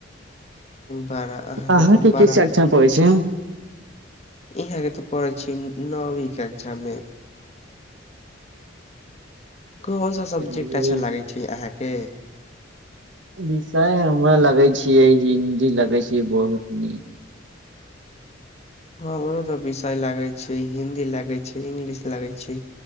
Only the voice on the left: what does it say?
बारह अहाँके
तऽ बारह
इहाँके तऽ पढ़ै छी नोमी कक्षामे कोन सा सब्जेक्ट
अच्छा लागै छै आहाँके
हँ ओकरो त विषय लागैत छै हिन्दी लागैत छै इंग्लिश लागैत छै